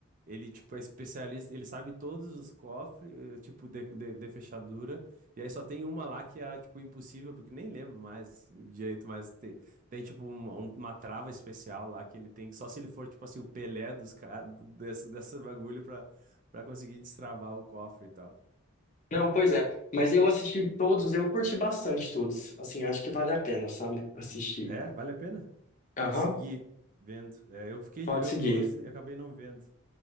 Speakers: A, on the right (about 40°); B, on the left (about 35°).
A: Ele, tipo, é especialista, ele sabe todos os cofres, eh, tipo, de, de, de fechadura. E aí só tem uma lá que era, tipo, impossível, porque nem lembro mais direito, mas tem, tem tipo, uma, um- uma trava especial lá que ele tem, só se ele for, tipo, assim, o Pelé dos caras, do- dessa, dessa bagulho pra, pra conseguir destravar o cofre e tal.
B: Não, pois é. Mas eu assisti todos, eu curti bastante todos. Assim, acho que vale a pena, sabe? Assistir.
A: É, vale a pena
B: Aham,
A: seguir vendo. É, eu fiquei
B: pode
A: de ver
B: seguir.
A: o 2 e acabei não vendo.